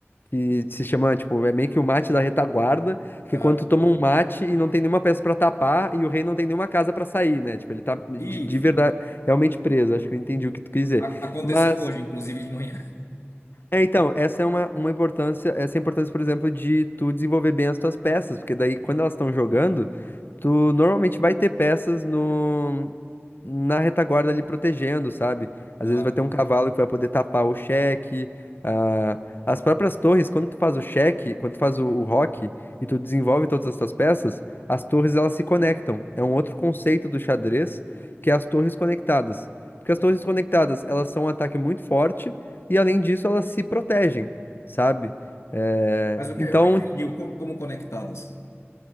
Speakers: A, on the left (about 50°); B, on the left (about 80°).
A: que se chama, tipo, é meio que o mate da retaguarda, que
B: Aham.
A: é quando tu toma um mate e não tem nenhuma peça pra tapar e o rei não tem nenhuma casa pra sair, né? Tipo, ele tá de,
B: E
A: de
B: isso
A: verdade realmente preso. Acho que eu entendi o que tu quis dizer.
B: a- aconteceu
A: Mas
B: hoje, inclusive de manhã.
A: é, então, essa é uma, uma importância, essa é a importância, por exemplo, de tu desenvolver bem as tuas peças, porque daí quando elas estão jogando, tu normalmente vai ter peças no, na retaguarda ali protegendo, sabe? Às
B: <laughs> Aham.
A: vezes vai ter um cavalo que vai poder tapar o cheque, ah, as próprias torres, quando tu faz o cheque, quando tu faz o, o roque e tu desenvolve todas as tuas peças, as torres elas se conectam. É um outro conceito do xadrez, que é as torres conectadas. Porque as
B: Hum.
A: torres conectadas, elas são um ataque muito forte, e além disso elas se protegem, sabe? É,
B: Mas o
A: então,
B: que eu não entendi, o como, como conectadas?